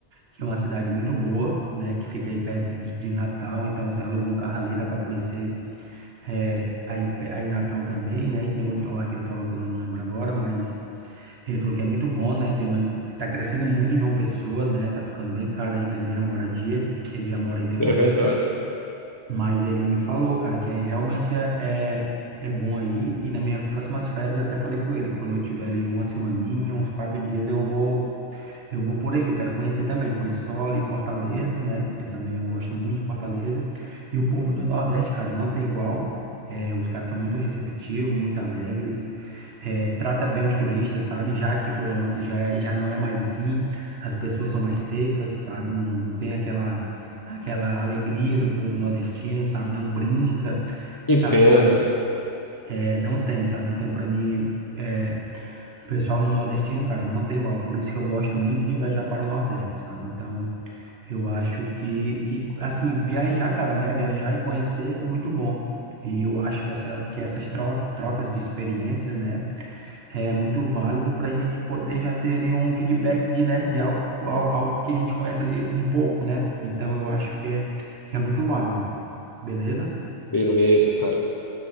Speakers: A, on the right; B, on the left.
A: que é uma cidade muito boa, né? Que fica aí perto de, de Natal. Então você aluga um carro ali, dá para conhecer é, aí, pe- aí Natal também, né? E tem outra lá que ele falou que eu não lembro agora, mas ele falou que é muito bom, né? Tem uma, tá crescendo muito João Pessoa, né? Tá ficando bem caro aí também a moradia. Ele já mora aí tem
B: É
A: um tempo.
B: verdade.
A: Mas ele me falou, cara, que aí realmente é, é, é bom aí. E nas minhas próximas férias, eu até falei com ele, quando eu tiver ali uma semaninha, uns quatro dias, eu vou eu vou por aí, que eu quero conhecer também. Conheço só ali Fortaleza, né? Que também eu gosto muito de Fortaleza. E o povo do Nordeste, cara, não tem igual. É, os caras são muito receptivos, muito alegres. É, trata bem os turistas, sabe? Já que Florianópolis já, é- já não é mais assim. As pessoas são mais secas, sabe? Não, não tem aquela, aquela alegria do povo nordestino, sabe? Não brinca,
B: Que
A: sabe?
B: pena,
A: Não,
B: cara.
A: é, não tem, sabe? Então, para mim. é, o pessoal no nordestino, cara, não tem igual. Por isso que eu gosto muito de viajar para o Nordeste, sabe? Então, eu acho que, que assim, viajar, cara, né? Viajar e conhecer é muito bom. E eu acho que, essa, que essas tro- trocas de experiência, né, é muito válido para a gente poder já ter ali um feedback de, né, de algo, al- algo que a gente conhece ali um pouco, né? Então, eu acho que é, que é muito válido, beleza?
B: Beleza, cara.